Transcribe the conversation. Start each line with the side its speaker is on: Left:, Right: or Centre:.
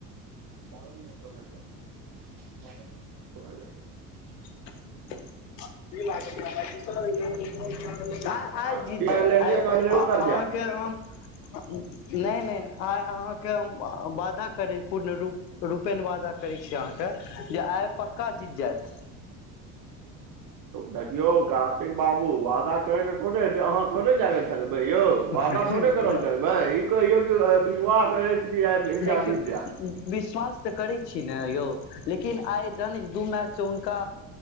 Right: बारहो मिनट पर बारह मिनट
Left: कि लागैयै आइ जीतत इंग्लैंड आइ आइ
Right: आयरलैंडे
Left: जीत जैत आइ
Right: के
Left: पक्का
Right: इंग्लैंडो तर
Left: अहाँके
Right: जायत।
Left: हम नहि नहि आइ अहाँके हम बादा करै पूर्णरूप रूपेण वादा करै छी अहाँके जे आइ पक्का जीत जायत
Right: देखियौ कार्तिक बाबू वादा करै थोड़े हेतै अहाँ थोड़े जाके खेल बै यौ वादा
Left: जीतत
Right: थोड़े करल करबै ई कहियौकी विशास अछि कि आब इंडिया
Left: देखियौ
Right: जीत जायत <unintelligible>
Left: विश्वास तऽ करै छी ने यौ लेकिन आइ धण दू मैचसँ हुनका